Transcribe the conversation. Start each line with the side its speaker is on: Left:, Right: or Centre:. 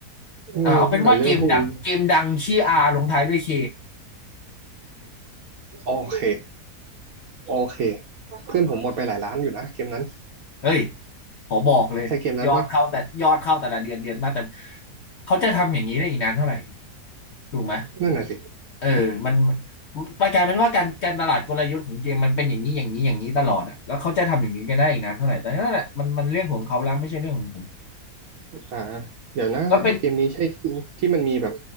Right: อืมแต่เรื่องพวกนี้
Left: อ่าเอาเป็นว่าเกมดัง เกมดังชื่อ R ลงท้ายด้วย K
Right: โอเค โอเค เพื่อนผมหมดไปหลายล้านอยู่นะเกมนั้น
Left: เฮ้ยขอบอกเลย
Right: ใช่เกมนั้นปะ
Left: ยอดเข้าแต่ยอดเข้าแต่ละเดือนเดือนมาแต่เขาจะทำอย่างนี้ได้อีกนานเท่าไหร่ถูกไหม
Right: นั่นน่ะสิ
Left: เออมันมันกลายเป็นว่าการการตลาดกลยุทธ์ของเกมมันเป็นอย่างนี้อย่างนี้อย่างนี้ตลอดอ่ะแล้วเขาจะทำอย่างนี้กันได้อีกนานเท่าไหร่แต่นั่นแหละมันมันเรื่องของเขาแล้วไม่ใช่เรื่องของผม
Right: อ่าเดี๋ยวนะ
Left: แล้วเป็น
Right: เกมนี้ใช่ที่ที่มันมีแบบ